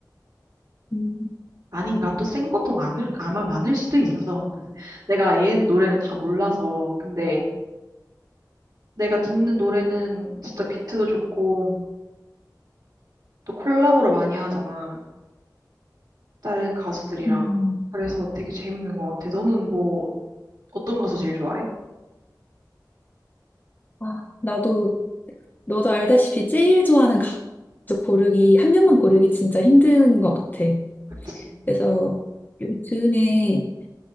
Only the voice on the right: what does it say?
아닌가? 또 센 것도 많을, 아마 많을 수도 있어. 내가 얘 노래를 다 몰라서. 근데 내가 듣는 노래는 진짜 비트도 좋고, 또 콜라보를 많이 하잖아. 다른 가수들이랑.
그래서 되게 재밌는 것 같아. 너는 뭐, 어떤 가수 제일 좋아해?
그치.